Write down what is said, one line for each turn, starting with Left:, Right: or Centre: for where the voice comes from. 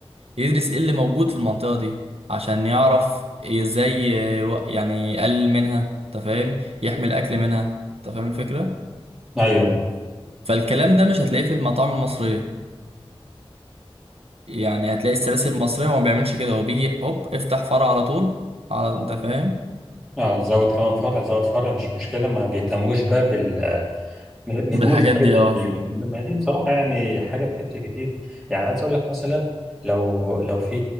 Right: يدرس ايه اللي موجود في المنطقة دي عشان يعرف ازاي يو- يعني يقلل منها انت فاهم يحمل اكل منها انت فاهم الفكرة
Centre: ايوه
Right: فالكلام ده مش هتلاقيه في المطاعم المصرية يعني هتلاقي السلاسل المصرية هو ما بيعملش كده هو بيجي هوب افتح فرع على طول على انت فاهم
Centre: اه زود كمان فرع زود فرع مش مشكله ما بيهتموش بقى بال ما بيهتموش
Right: بالحاجات
Centre: بحاجه
Right: دي
Centre: زي
Right: اه
Centre: دي يعني ما هي دي بصراحه يعني حاجه بتفرق كتير يعني عايز اقول لك مثلا لو لو في